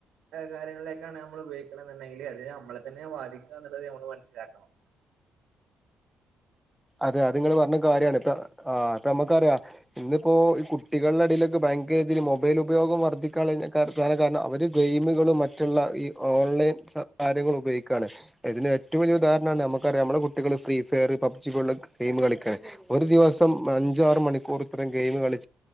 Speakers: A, on the right; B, in the centre.
A: കാര്യങ്ങളിലേക്കാണ് നമ്മൾ ഉപയോഗിക്കണ എന്നുണ്ടെങ്കിൽ അത് നമ്മളെ തന്നെ ബാധിക്കുക എന്നുള്ളത് നമ്മൾ മനസ്സിലാക്കണം <inaudible>
B: അതെ അത് നിങ്ങൾ പറഞ്ഞ കാര്യാണ് ഇപ്പൊ ആ നമുക്കറിയാം ഇന്നിപ്പോ ഈ കുട്ടികളുടെടയിലൊക്കെ ബാങ്കിനെതിൽ മൊബൈൽ ഉപയോഗം വർദ്ധിക്കാ ണം അവര് ഗെയിമുകളും മറ്റുള്ള ഈ ഓൺലൈൻ കാര്യങ്ങള ഉപയോഗിക്കുകയാണ് ഇതിന് ഏറ്റവും ഉാഹരണം നമുക്കറിയാം നമ്മ കുട്ടികൾ ഫ്രീ ഫയർ ഗെയിം കളിക്ക ഒരു ദിവസം അഞ്ചാ മണിക്കൂ ഗെയി കള്